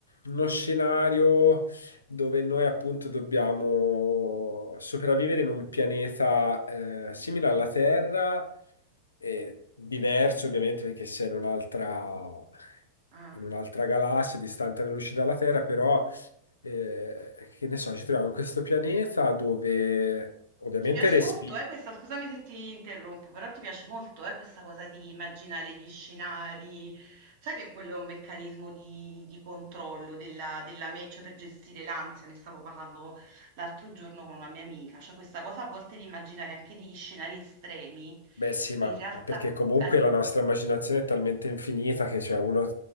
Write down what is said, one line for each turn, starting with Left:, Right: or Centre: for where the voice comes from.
Left: uno scenario dove noi appunto dobbiamo sopravvivere in un pianeta eh, simile alla Terra, e diverso ovviamente perché sei in un'altra
Right: Ah.
Left: in un'altra galassia distante anni luce dalla Terra, però eh, che ne so, ci troviamo in questo pianeta dove ovviamente
Right: Ti piace
Left: Eh, respiri
Right: molto, eh, questa, scusami se ti interrompo, però ti piace molto, eh, questa cosa di immaginare gli scenari. Sai che quello è un meccanismo di, di controllo della, della me, cioè per gestire l'ansia, ne stavo parlando l'altro giorno con una mia amica, cioè questa cosa a volte di immaginare anche degli scenari estremi,
Left: Beh, sì, ma,
Right: in realtà,
Left: ma perché comunque
Right: eh.
Left: la nostra immaginazione è talmente infinita che cioè, uno